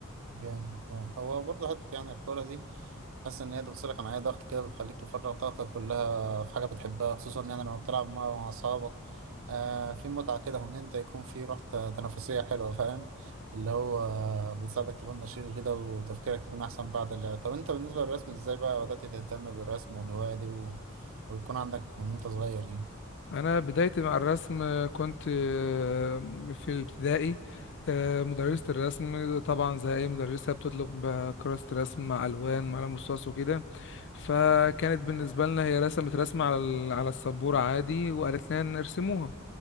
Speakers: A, on the right; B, on the left.
A: جامد آه. هو برضه حتة يعني الكورة دي حاسس إن هي بتفصلك عن أي ضغط كده بتخليك تفرغ طاقتك كلها في حاجة بتحبها خصوصا يعني لما بتلعب مع مع أصحابك آه في متعة كده وإن أنت يكون في روح ت- تنافسية حلوة فاهم اللي هو آه، بتساعدك تكون نشيط كده وتفكيرك يكون أحسن بعد اللعب طب أنت بالنسبة للرسم إزاي بقى بدأت تهتم بالرسم والهواية دي و... ويكون عندك من وأنت صغير يعني
B: انا بدايتي مع الرسم آه، كنت آه، في الابتدائي آه، مدرسة الرسم طبعا زي اي مدرسة بتطلب آه، كراسة رسم مع الوان مع قلم رصاص وكده فكانت بالنسبة لنا هي رسمت رسمة على ال- على السبورة عادي وقالت لنا نرسموها